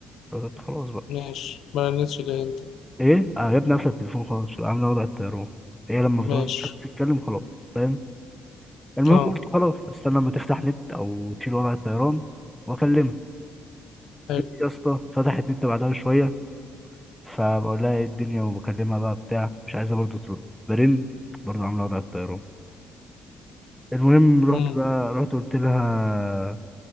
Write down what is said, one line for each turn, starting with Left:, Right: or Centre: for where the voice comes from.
Centre: قلت خلاص بقى
Left: ماشي ما رنتش ليه أنت
Centre: ايه اه يا ابني قافله التليفون خالص عامله وضع الطيران هي لما بتعوز
Left: ماشي
Centre: مش عارف تتكلم خلاص فاهم المهم
Left: اه
Centre: قلت خلاص استنى لما تفتح نت او تشيل وضع الطيران واكلمها
Left: حلو
Centre: جيت يا اسطى فتحت نت بعدها بشويه فبقول لها ايه الدنيا وبكلمها بقى بتاع مش عايزه برضه ترد برن برضه عامله وضع الطيران المهم رحت
Left: مم.
Centre: بقى رحت قلت لها